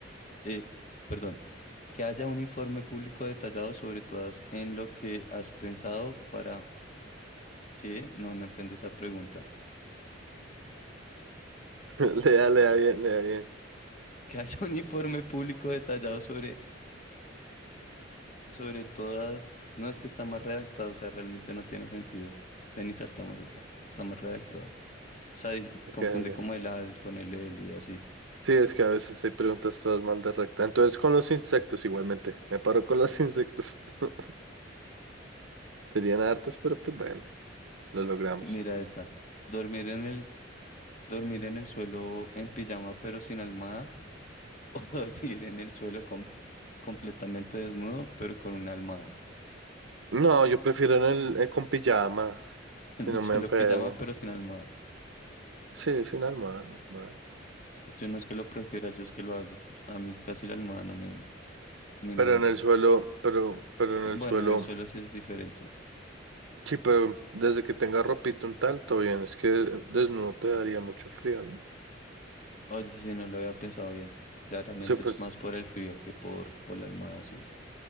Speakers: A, on the left; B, on the right.
A: eh, perdón. Que haya un informe público detallado sobre todas en lo que has pensado para que. No, no entendí esa pregunta.
B: Le da, le da bien, le da bien.
A: que haya un informe público detallado sobre, sobre todas. No es que está más redactado, o sea, realmente no tiene sentido. Ven y saltamos eso. Está más redactado. O sea, dis-
B: Ok,
A: confunde
B: ok.
A: como el al con el el y así.
B: Sí, es que a veces hay preguntas todas mal de recta. Entonces, con los insectos igualmente. Me paro con los insectos. <laughs> Serían hartos, pero pues bueno, lo logramos.
A: Mira esta. Dormir en el, dormir en el suelo en pijama pero sin almohada <laughs> o dormir en el suelo com- completamente desnudo pero con una almohada.
B: No, yo prefiero en el, eh, con pijama,
A: <laughs> En
B: si no
A: el suelo
B: me enfermo.
A: pijama pero sin almohada.
B: Sí, sin alma normal.
A: Yo no es que lo prefiera, yo es que lo hago. A mí casi la almohada no me, ni
B: Pero
A: menos.
B: en el suelo, pero, pero en el
A: Bueno,
B: suelo,
A: en el suelo sí es diferente.
B: sí, pero desde que tenga ropita un tal, todo bien. Es que desnudo te daría mucho frío, ¿no?
A: Oye, sí, no lo había pensado bien. Claramente
B: Si fue
A: es más por el frío que por, por la almohada, sí.